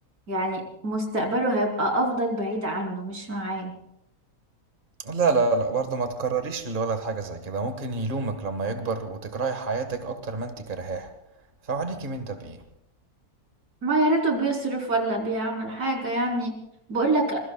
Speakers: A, on the right; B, on the right.
A: يعني مستقبله هيبقى أفضل بعيد عنه مش معاه
B: لا لا لا برضه ما تكرريش للولد حاجه زي كده ممكن يلومك لما يكبر وتكرهي حياتك اكتر ما انت كرهاها فعليكي من ده بايه
A: ما يا ريته بيصرف ولا بيعمل حاجة يعني بقول لك